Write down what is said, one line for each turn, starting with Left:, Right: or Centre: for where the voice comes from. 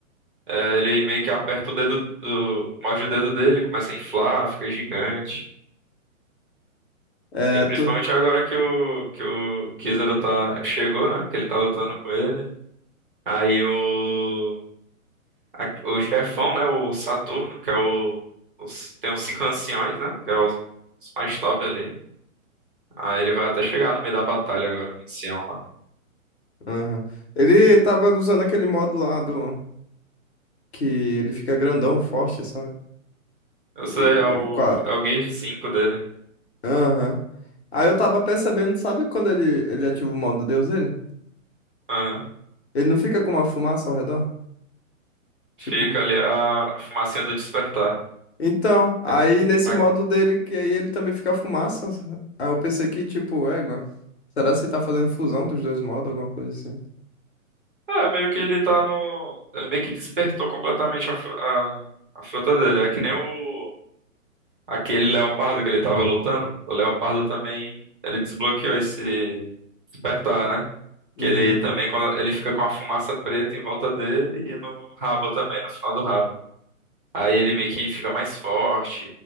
Right: É, ele meio que aperta o dedo do. Morde o dedo dele, começa a inflar, fica gigante.
Left: É,
Right: E principalmente
Left: tu.
Right: agora que o, que o Kizaru tá, chegou, né? Que ele tá lutando com ele. Aí o, a- o chefão, né? O Saturno, que é o, os- tem os cinco anciões, né? Que é os, os mais top ali. Aí ele vai até chegar no meio da batalha agora, o ancião lá.
Left: Aham. Ele tava usando aquele modo lá do. Que ele fica grandão, forte, sabe?
Right: Eu sei,
Left: E,
Right: é o,
Left: e com a.
Right: é o Gear cinco dele.
Left: Aham. Aí eu tava percebendo, sabe quando ele, ele ativa o modo Deus dele?
Right: Aham.
Left: Ele não fica com uma fumaça ao redor? Tipo.
Right: Fica ali a fumacinha do despertar.
Left: Então, aí
Right: É,
Left: nesse
Right: A-
Left: modo dele, que aí ele também fica fumaça. Aí eu pensei que, tipo, égua. Será que você tá fazendo fusão dos dois modos, alguma coisa assim?
Right: É, meio que ele tá no. Ele meio que despertou completamente a, fru- a, a fruta dele. É que nem o. Aquele leopardo que ele tava lutando, o leopardo também, ele desbloqueou esse despertar, né?
Left: Uhum,
Right: Que ele também, quando- ele fica com a fumaça preta em volta dele e no rabo também, no final do rabo. Aí ele meio que fica mais forte,